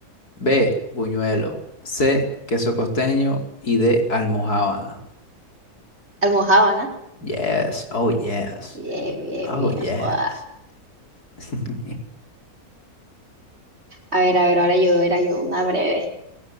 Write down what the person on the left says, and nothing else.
B, buñuelo. C, queso costeño. Y D, almojábana.
Yes, oh yes,
oh
yes.
<laughs>